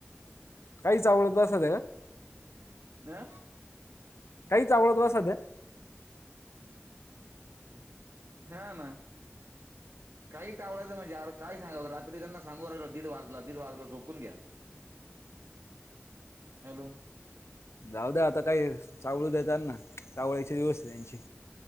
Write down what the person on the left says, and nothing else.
काहीच आवडत असस त्या का
काहीच आवडत ब साध्या
जाऊ द आता काही चावळ देतात ना वळाचे दिवस त्यांची